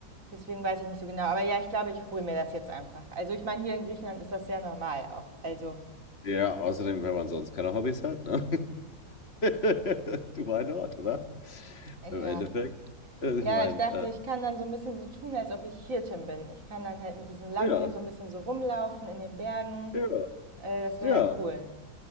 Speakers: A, on the right; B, on the left.
A: deswegen weiß ich nicht so genau. Aber ja, ich glaube, ich hole mir das jetzt einfach. Also ich meine, hier in Griechenland ist das sehr normal auch. Also
B: Ja, außerdem, wenn man sonst keine Hobbys hat, ne? <laughs> Du, Why not, oder?
A: ja.
B: Im Endeffekt. Also ich
A: Ja,
B: meine,
A: ich dachte,
B: äh,
A: ich kann dann so ein bisschen so tun, als ob ich Hirtin bin. Ich kann dann halt mit diesem Lamm
B: ja,
A: hier so ein bisschen so rumlaufen in den Bergen.
B: ja,
A: Äh, das wäre
B: ja.
A: ja cool.